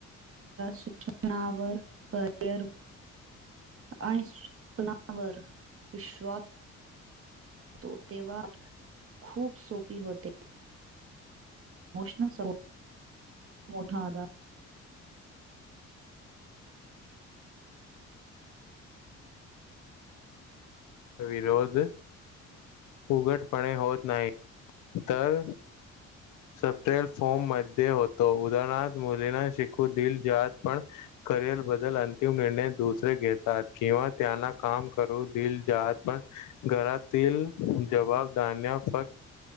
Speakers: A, on the right; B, on the left.
A: शिक्षणावर करिअर आणि स्वप्नावर विश्वास तो तेव्हा खूप सोपी होते. मोशनल सपोर्ट मोठा आधार
B: विरोध उघटपणे होत नाही. तर सपेल फोम मध्ये होतो उदाहरणारथ मुलींना शिकू दिल जात पण करिअर बद्दल अंतिम निर्णय दुसरे घेतात किंवा त्यांना काम करू दिल जात घरातील जबाबदान्या फक्